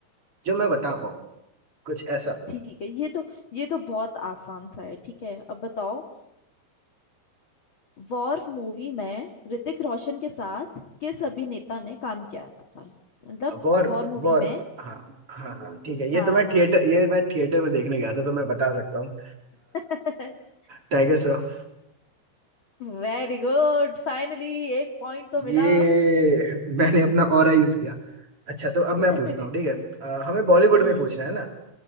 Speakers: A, on the right; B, on the left.
A: जो मैं बता पाऊँ कुछ ऐसा
B: ठीक है ये तो ये तो बहुत आसान सा है ठीक है अब बताओ वॉर मूवी में ऋतिक रोशन के साथ किस अभिनेता ने काम किया था मतलब
A: वॉर
B: वॉर मूवी
A: वॉर
B: में
A: हाँ हाँ हाँ ठीक है
B: हाँ
A: ये तो मैं
B: हाँ
A: थिएटर ये मैं थिएटर में देखने गया था तो मैं बता सकता हूँ
B: <laughs>
A: टाइगर श्रॉफ
B: वेरी गुड फाइनली एक पॉइंट तो
A: <laughs> ये
B: मिला
A: मैंने अपना ऑरा यूज किया अच्छा तो अब
B: <laughs>
A: मैं पूछता हूँ ठीक है अ, हमें बॉलीवुड
B: हम्म
A: में पूछना है ना